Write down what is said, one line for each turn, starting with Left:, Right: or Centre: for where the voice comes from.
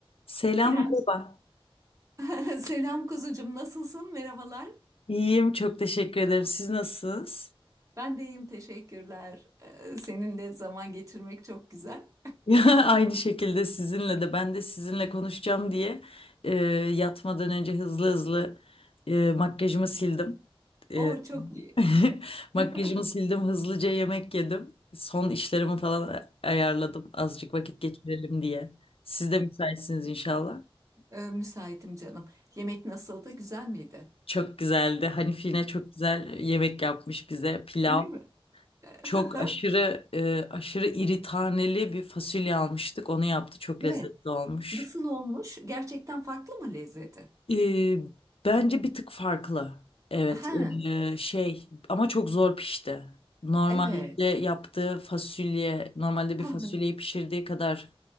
Left: Selam,
Right: İrem.
Left: merhaba.
Right: <laughs> Selam kuzucum, nasılsın? Merhabalar.
Left: İyiyim, çok teşekkür ederim. Siz nasılsınız? <laughs>
Right: Ben de iyiyim, teşekkürler. Ee, Seninle zaman geçirmek çok güzel.
Left: Ya, aynı şekilde sizinle de ben de sizinle konuşacağım diye e, yatmadan önce hızlı hızlı e, makyajımı sildim. E,
Right: O çok iyi.
Left: <laughs> makyajımı
Right: <laughs>
Left: sildim, hızlıca yemek yedim. Son işlerimi falan ayarladım azıcık vakit geçirelim diye. Siz de müsaitsiniz inşallah.
Right: Ee, Müsaitim canım. Yemek nasıldı? Güzel miydi?
Left: Çok güzeldi. Hanif yine çok güzel yemek yapmış bize. Pilav,
Right: Öyle mi? <laughs>
Left: Çok aşırı e, aşırı iri taneli bir fasulye almıştık. Onu yaptı. Çok
Right: Evet.
Left: lezzetli olmuş.
Right: Nasıl olmuş? Gerçekten farklı mı lezzeti?
Left: E, bence bir tık farklı. Evet,
Right: Ha,
Left: e, şey ama çok zor pişti. Normalde
Right: evet.
Left: yaptığı fasulye, normalde
Right: <laughs>
Left: bir fasulyeyi pişirdiği kadar